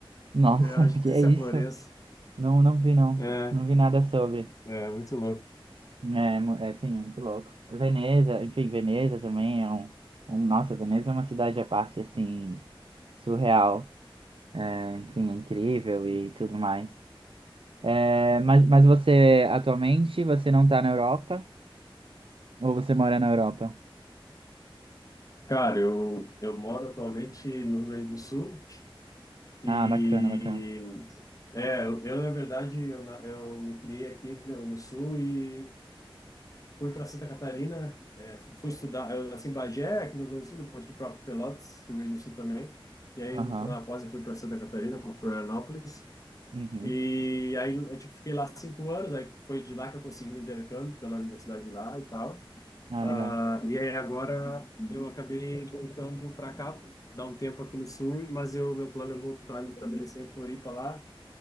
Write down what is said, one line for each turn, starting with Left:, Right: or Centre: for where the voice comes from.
Right: nossa,
Left: Eu acho
Right: <laughs> que
Left: que
Right: é
Left: isso
Right: isso?
Left: é Florença.
Right: Não, não vi não,
Left: É,
Right: não vi nada sobre.
Left: é muito louco.
Right: É, mu- é assim, muito louco. Veneza, enfim, Veneza também é um, um, nossa, Veneza é uma cidade à parte assim surreal, É, enfim, é incrível e tudo mais. É, mas, mas você atualmente você não tá na Europa? Ou você mora na Europa?
Left: Cara, eu, eu moro atualmente no Rio Grande do Sul e
Right: Ah, bacana, bacana.
Left: é, eu, eu, na verdade eu, na- eu me criei aqui no, no Sul e fui para Santa Catarina, né? É, fui estudar, eu nasci em Bagé, aqui no Rio Grande do Sul, depois fui para Pelotas, Rio Grande do Sul também. E aí,
Right: Aham.
Left: no- na pós, eu fui para Santa Catarina, para Florianópolis.
Right: Uhum.
Left: E aí, eu, tipo, fiquei lá cinco anos, aí foi de lá que eu consegui o intercâmbio pela universidade de lá e tal.
Right: Ah,
Left: Ah,
Right: legal.
Left: e aí, agora, eu acabei voltando para cá, dar um tempo aqui no Sul, mas eu, meu plano é voltar a me estabelecer em Floripa lá,